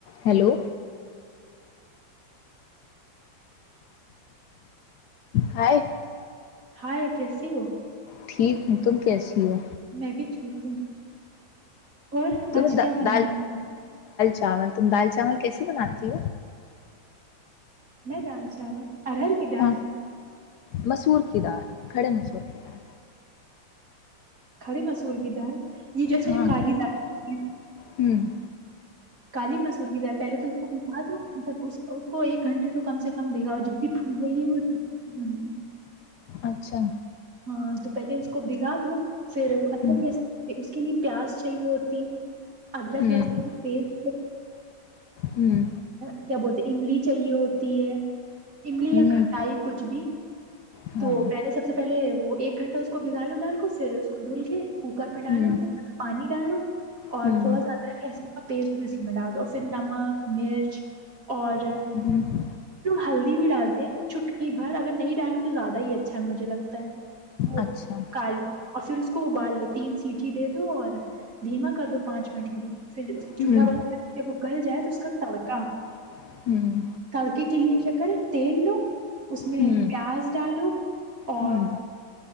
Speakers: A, on the left (about 70°); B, on the right (about 45°).
A: ہیلو ہائی
B: ہیلو، کیسے ہو؟
A: ٹھیک ہوں، تم کیسے ہو
B: میں بھی ٹھیک ہوں اور آج کھانے
A: تم
B: میں
A: دا-
B: کیا بنایا
A: دال
B: ہے
A: دال، تم دال چاول کیسے بناتی
B: میں دال چاول۔ <unintelligible>
A: ہاں مسور کی دال، کھڑے مسور کی دال۔
B: کھڑی مسور کی دال دال یہ جیسے
A: ہاں
B: جو کالی دالتی ہے
A: ہوں
B: کالی مسور کی دال پہے تو د مطلب اس اس کو ایک گھنٹے تو کم سے کم دے گا اور جتنی پھولے ہی ہو ا
A: اچھا
B: ہاں تو پہلے اسکو بھیگا دو <unintelligible>
A: ہوں
B: پیاز چاہیے تھی ادرک
A: ہوں
B: لہسن کا پیسٹ
A: ہوں
B: <unintelligible> <unintelligible> کیا بولتے ہیں املی چاہیے ہوتی ہے املی
A: ہوں
B: کٹائی کچھ بھی
A: ہاں
B: تو پہلے سب سے تلے وہ ایک گھنٹہ اس کو بگا لو جان کو سر اس کو دھول گئے ککر میں ڈالوں
A: ہوں
B: گا پانی ڈالوں اور
A: ہوں
B: تھوڑا سا ادرک لہسن کا پیسٹ بھی اسی میں ڈال دو پھر نمک مرچ اور
A: ہوں
B: ہیلدی بھی ڈالتے ہیں چٹکی بھر اگر نہیں ڈالو تو زیادہ ہی اچھا مجھے لگتا ہے وہ
A: اچھا
B: کالی اور پھر اس ابال لو تین سیٹھی دے دوں اور دھیما کر دو پانچ منٹ کے لیے پھر اس
A: ہوں
B: چولہا بند کر کے جب گل جائے تو اس کا تڑکا
A: ہوں
B: کارکے کے لیے شکر ہے تیل لو اس میں
A: ہوں
B: پیاز ڈالو اور
A: ہوں